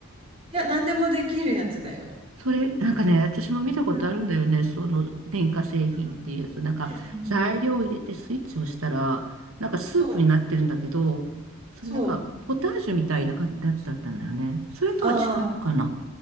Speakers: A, on the right (about 25°); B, on the right (about 75°).
A: いや、何でもできるやつだよ。
B: それ、なんかね、私も見たことあるんだよね。
A: う
B: その電化製品っていうやつ。
A: ん
B: なんか材料を入れてスイッチを押したら、
A: うんうんうんうんうん。
B: なんかスープになってるんだけど、
A: そう、
B: それなんかポタージュみたいな感じのやつだったんだよね。
A: そう。
B: それとは違うのかな
A: ああ、